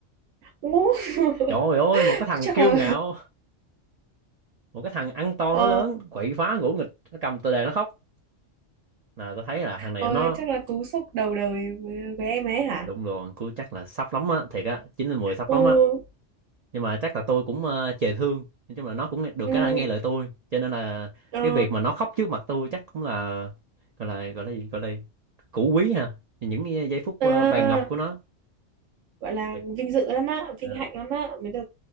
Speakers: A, on the right; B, on the right.
A: Ú, <laughs>
B: trời ơi một cái thằng
A: chắc
B: kiêu
A: là
B: ngạo một cái thằng ăn to
A: ờ
B: nó lớn quậy phá ngỗ nghịch nó cầm tờ đề nó khóc là tôi thấy là thằng này
A: ờ
B: nó
A: chắc là cú sốc đầu đời với, với em ấy hả
B: đụng đồ cứ chắc là sốc lắm á thiệt á chín lên mười sốc
A: ừ
B: lắm á nhưng mà chắc là tôi cũng uh, chề thương nói chung là nó cũng được
A: ừ
B: cái là nghe lời tôi cho nên là
A: ờ
B: cái việc mà nó khóc trước mặt tôi chắc cũng là gọi là gọi là gì gọi là cũ quý ha những cái giây phút
A: à,
B: ờ, vàng ngọc của nó
A: gọi là
B: Thiệt.
A: vinh dự lắm á vinh
B: À,
A: hạnh lắm á mới được